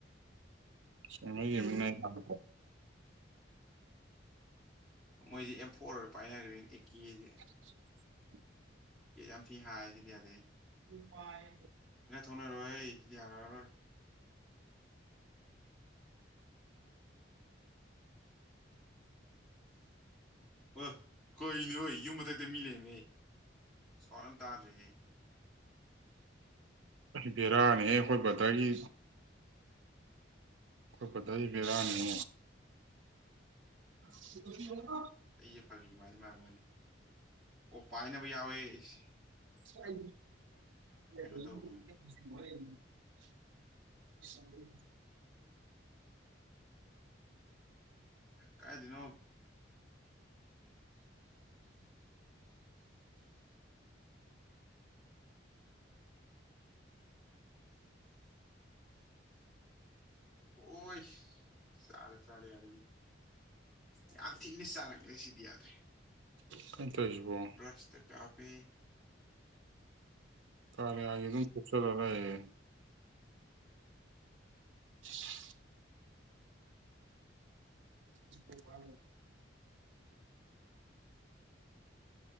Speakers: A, on the right; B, in the centre.
A: ꯁꯤꯉ ꯌꯦꯃꯤꯕꯀꯣ
B: ꯃꯣꯏꯁꯤ ꯑꯦꯝꯐꯣꯔ ꯑꯣꯏꯔ ꯄꯥꯏꯅꯈ꯭ꯔꯦꯅꯦ ꯑꯦꯛ ꯀꯦꯁꯦ
A: ꯑ
B: ꯏꯀꯦ ꯌꯥꯝ ꯊꯤ ꯍꯥꯏꯁꯤꯗꯤ ꯌꯥꯗꯦ
A: ꯎꯄꯥꯥꯏ
B: ꯀꯅꯔꯣ ꯁꯤꯗꯤꯔꯔꯣꯏ ꯑꯍ ꯀꯩꯅꯤ ꯍꯣꯏ ꯌꯨꯝ ꯃꯊꯛꯇ ꯃꯤ ꯂꯩꯃꯦ ꯑꯩ ꯁꯋꯥꯔ ꯑꯃ ꯇꯥꯗ꯭ꯔꯦ
A: ꯕꯦꯔꯥꯅꯦꯍꯦ ꯑꯩꯈꯣꯏ ꯕꯗꯔꯒꯤ ꯑꯩꯈꯣꯏ ꯄꯇꯥꯏ ꯕꯔꯥꯅꯤ ꯎ
B: ꯑꯩꯁꯦ ꯐꯒꯤ ꯃꯥꯂ ꯃꯥꯅꯤ ꯃꯥꯅ ꯑꯣ ꯄꯥꯏꯅꯕ ꯌꯥꯎꯋꯦ ꯑꯩꯁ
A: ꯣꯔ <unintelligible>
B: ꯇꯧꯔꯨꯕꯩꯅꯤ ꯀꯥꯏꯗꯅꯣ ꯑꯣ ꯁꯔꯦ ꯁꯔꯦ ꯌꯥꯔꯦ ꯌꯥꯝ ꯊꯤꯅ ꯆꯥꯔꯛꯂꯦ ꯁꯤꯗꯤ ꯌꯥꯗ꯭ꯔꯦ
A: ꯀꯩꯅ ꯇꯁꯤꯕꯣ
B: ꯕ꯭ꯔꯁꯇ ꯀꯥꯞꯄꯦ
A: ꯀꯅ ꯑ ꯑꯗꯨꯝ ꯄꯨꯁꯂꯂꯑꯌꯦ <unintelligible> ꯏ ꯋꯥ